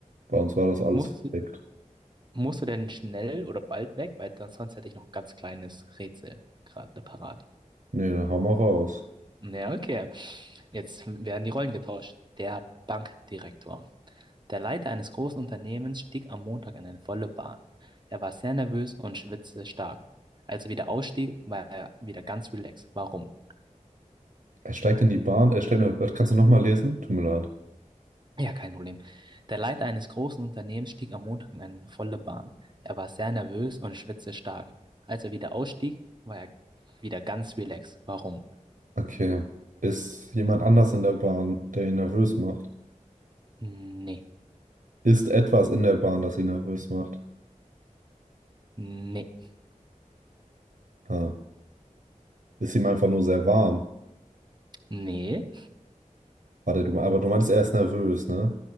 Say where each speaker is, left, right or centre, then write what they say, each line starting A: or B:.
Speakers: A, on the right; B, on the right.
A: Bei uns war das alles
B: Muss,
A: verdeckt.
B: Musst du denn schnell oder bald weg? Weil dann sonst hätte ich noch ein ganz kleines Rätsel gerade parat.
A: Nee, dann hau mal raus.
B: Ja, okay. Jetzt werden die Rollen getauscht. Der Bankdirektor. Der Leiter eines großen Unternehmens stieg am Montag in eine volle Bahn. Er war sehr nervös und schwitzte stark. Als er wieder ausstieg, war er wieder ganz relaxed. Warum?
A: Er steigt in die Bahn. Er steigt in der... Kannst du nochmal lesen? Tut mir leid.
B: Ja, kein Problem. Der Leiter eines großen Unternehmens stieg am Montag in eine volle Bahn. Er war sehr nervös und schwitzte stark. Als er wieder ausstieg, war er wieder ganz relaxed. Warum?
A: Okay. Ist jemand anders in der Bahn, der ihn nervös macht?
B: Nee,
A: Ist etwas in der Bahn, das ihn nervös macht?
B: nee,
A: Ah. Ist ihm einfach nur sehr warm.
B: nee,
A: Warte, du, aber du meintest, er ist nervös, ne?